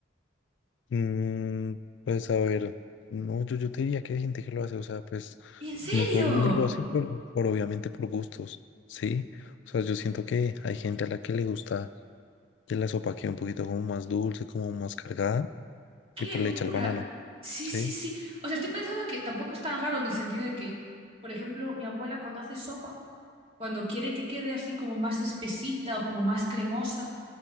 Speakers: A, on the left; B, on the right.
A: mm, pues a ver, no, yo, yo te diría que hay gente que lo hace, o sea, pues
B: ¿En serio?
A: no todo el mundo lo hace por, por obviamente por gustos, sí. O sea, yo siento que hay gente a la que le gusta que la sopa quede un poquito como más dulce, como más cargada
B: ¡Qué
A: y pues
B: locura!
A: le echa el banano,
B: Sí,
A: sí,
B: sí, sí. O sea, estoy pensando que tampoco es tan raro en el sentido de que, por ejemplo, mi abuela cuando hace sopa, cuando quiere que quede así como más espesita o como más cremosa,